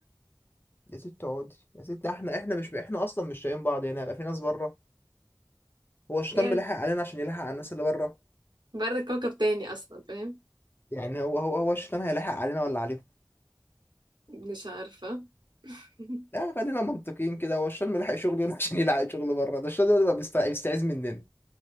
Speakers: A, on the left (about 30°); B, on the right (about 80°).
A: يا ست اقعدي يا ست احنا احنا مش احنا اصلا مش شايفين بعض هنا يبقى في ناس بره هو الشيطان
B: يعني
A: بيلحق علينا عشان يلحق على الناس اللي بره
B: بره كوكب تاني اصلا فاهم
A: يعني هو هو هو الشيطان هيلحق علينا ولا عليهم
B: مش عارفة <laughs>
A: لا خلينا منطقيين كده هو الشام لحق شغل هنا <laughs> عشان يلحق شغل بره ده الشام ده بيبقى بيستع- بيستعيذ مننا